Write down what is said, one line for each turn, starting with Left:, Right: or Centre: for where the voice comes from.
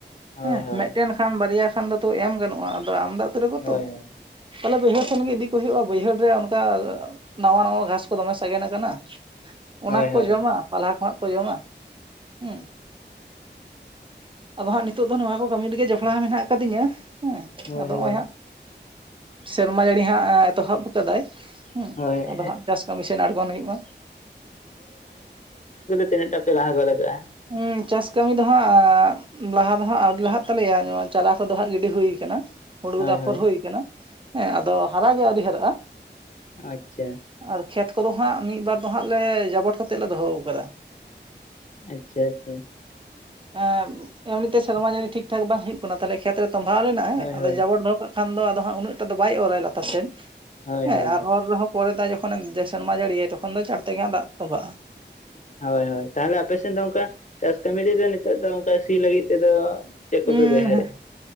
Left: ᱦᱳᱭ
Right: ᱦᱮᱸ
Left: ᱦᱳᱭ
Right: ᱢᱤᱫᱴᱮᱱ ᱠᱷᱟᱱ ᱵᱟᱨᱭᱟ ᱠᱷᱟᱱ ᱫᱚᱛᱚ ᱮᱢ ᱜᱟᱱᱚᱜᱼᱟ ᱟᱫᱚ ᱟᱢᱫᱟ ᱩᱛᱟᱹᱨ ᱟᱠ
Left: ᱦᱳᱭ
Right: ᱛᱚ
Left: ᱦᱳᱭ
Right: ᱛᱟᱦᱚᱞᱮ ᱵᱟᱹᱭᱦᱟᱹᱲ ᱥᱮᱱ ᱜᱮ ᱤᱫᱤ ᱠᱚ ᱦᱩᱭᱩᱜᱼᱟ ᱵᱟᱹᱭᱦᱟᱹᱲ ᱨᱮ ᱤᱫᱤ ᱠᱚ ᱦᱩᱭᱩᱜᱟ ᱚᱱᱠᱟ ᱱᱟᱣᱟ ᱱᱟᱶᱟ ᱜᱷᱟᱸᱥ ᱠᱚ ᱫᱚᱢᱮ ᱥᱟᱜᱮᱱ ᱟᱠᱟᱱᱟ
Left: ᱦᱳᱭ
Right: ᱚᱱᱟᱠᱚ
Left: ᱦᱳᱭ
Right: ᱡᱚᱢᱟ ᱯᱟᱞᱦᱟ ᱠᱷᱱᱟᱜ ᱡᱚᱢᱟ ᱩ ᱟᱫᱚ ᱦᱟᱸᱜ ᱱᱤᱛᱳᱜ ᱫᱚ ᱱᱚᱣᱟ ᱠᱚ ᱠᱟᱹᱢᱤ ᱨᱤᱜᱤ ᱡᱚᱯᱲ ᱟᱠᱷᱲᱟ ᱢᱮᱱᱟᱜ ᱠᱟᱫᱤᱧᱟ ᱦᱮᱸ
Left: ᱦᱳᱭ
Right: ᱟᱫᱚ
Left: ᱦᱳᱭ
Right: ᱱᱚᱜᱼᱚᱭ ᱦᱟᱸᱜ ᱥᱮᱨᱢᱟ ᱡᱟᱹᱲᱤ ᱦᱟᱸᱜ ᱮᱛᱚᱦᱚᱵ ᱟᱠᱟᱫᱟᱭ ᱦᱮᱸ
Left: ᱦᱳᱭ
Right: ᱟᱫᱚ ᱦᱟᱸᱜ ᱪᱟᱥ ᱠᱟᱹᱢᱤ ᱥᱮᱱ ᱟᱬᱜᱚᱱ ᱦᱩᱭᱩᱜᱼᱟ
Left: ᱛᱤᱱᱟᱹ ᱴᱟ ᱯᱮ ᱞᱟᱦᱟᱜᱚᱫᱠᱟᱜᱼᱟ
Right: ᱦᱩᱸ ᱪᱟᱥ ᱠᱟᱹᱢᱤ ᱫᱚ ᱦᱟᱸᱜ ᱞᱟᱦᱟ ᱫᱚ ᱦᱟᱸᱜ ᱟᱹᱣᱨᱤ ᱞᱟᱦᱟᱜ ᱛᱟᱞᱮᱭᱟ ᱱᱚᱭᱟ ᱪᱟᱨᱟ ᱠᱚᱫᱚ ᱦᱟᱸᱜ ᱜᱤᱰᱤ ᱦᱩᱭ ᱠᱟᱱᱟ ᱦᱩᱲᱩ
Left: ᱦᱳᱭ
Right: ᱫᱚ ᱟᱯᱷᱚᱨ
Left: ᱦᱳᱭ
Right: ᱦᱩᱭ ᱠᱟᱱᱟ ᱦᱮᱸ ᱟᱫᱚ ᱦᱟᱨᱟᱜ ᱜᱮ ᱟᱹᱣᱨᱤ ᱦᱟᱨᱟᱜᱼᱟ
Left: ᱟᱪ ᱪᱷᱟ
Right: ᱟᱨ ᱠᱷᱮᱛ ᱠᱚᱫᱚ ᱦᱟᱸᱜ ᱢᱤᱫᱵᱟᱨ ᱫᱚ ᱦᱟᱸᱜ ᱞᱮ ᱡᱟᱵᱚᱴ ᱠᱟᱛᱮᱜ ᱞᱮ ᱫᱚᱦᱚ ᱠᱟᱫᱟ
Left: ᱟᱪᱪᱷᱟ ᱟᱪᱪᱷᱟ
Right: ᱮᱸ ᱮᱢᱱᱤᱛᱮ ᱥᱮᱨᱢᱟ ᱡᱟᱲᱤ ᱴᱷᱤᱠ ᱴᱷᱟ ᱵᱟᱝ ᱦᱩᱭᱩᱜ ᱠᱟᱱᱟ ᱛᱟᱦᱚᱞᱮ ᱠᱷᱮᱛ ᱨᱮ ᱛᱚᱢᱵᱷᱟᱣ ᱞᱮᱱᱟ ᱦᱮᱸ
Left: ᱦᱳᱭ
Right: ᱟᱫᱚ
Left: ᱦᱳᱭ
Right: ᱡᱟᱵᱚᱴ ᱫᱚᱦᱚ ᱠᱟᱜ ᱠᱷᱟᱱ ᱫᱚ ᱟᱫᱚ ᱦᱟᱸᱜ ᱩᱱᱟᱹᱜᱴᱟ ᱫᱚ ᱵᱟᱭ ᱚᱨᱟᱭ ᱞᱟᱛᱟ ᱥᱮᱫ
Left: ᱦᱳᱭ
Right: ᱦᱮᱸ
Left: ᱦᱳᱭ
Right: ᱟᱨ ᱚᱨ ᱨᱮᱦᱚᱸ ᱯᱚᱨᱮ ᱛᱮ ᱡᱚᱠᱷᱚᱱᱮ ᱥᱮᱨᱢᱟ ᱡᱟᱹᱲᱤᱭᱟᱭ ᱛᱚᱠᱷᱚᱱ ᱫᱚ ᱪᱟᱲ ᱛᱮᱜᱮ ᱫᱟᱜ ᱛᱚᱸᱚᱵᱷᱟᱜᱼᱟ
Left: ᱦᱳᱭ ᱦᱳᱭ ᱛᱟᱦᱚᱞᱮ ᱟᱯᱮᱥᱮᱫ ᱫᱚ ᱚᱱᱠᱟ ᱪᱟᱥ ᱠᱟᱹᱢᱤ ᱨᱮᱫᱚ ᱱᱤᱛᱚᱜ ᱫᱚ ᱚᱱᱠᱟ ᱥᱤ ᱞᱟᱹᱜᱤᱫ ᱛᱮᱫᱚ ᱪᱮᱫ ᱠᱚᱯᱮ
Right: ᱩᱸ
Left: ᱵᱮᱦᱟᱨ ᱮᱜ-ᱟ